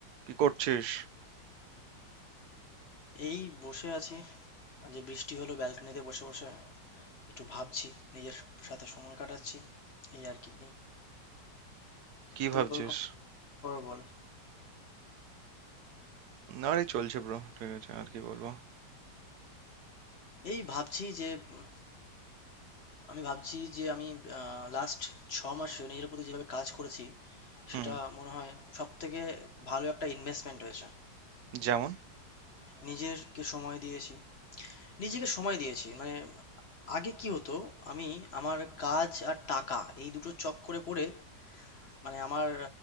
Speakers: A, on the right (about 70°); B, on the left (about 40°).
A: কি করছিস?
B: এই বসে আছি আজ এই বৃষ্টি হলো ব্যালকনিতে বসে বসে একটু ভাবছি নিজের সাথে সময় কাটাচ্ছি এই আর কি
A: কি
B: তোর
A: ভাবছিস?
B: খবর বল
A: আরে চলছে ব্রো ঠিক আছে আর কি বলবো
B: এই ভাবছি যে উম, আমি ভাবছি যে আমি লাস্ট ছ মাসে নিজের প্রতি যেভাবে কাজ করেছি
A: হুম
B: সেটা মনে হয় সব থেকে ভালো একটা ইনভেস্টমেন্ট হয়েছে
A: যেমন
B: নিজেরকে সময় দিয়েছি নিজেকে সময় দিয়েছি মানে আগে কি হতো আমি আমার কাজ আর টাকা এই দুটো চক্করে পড়ে মানে আমার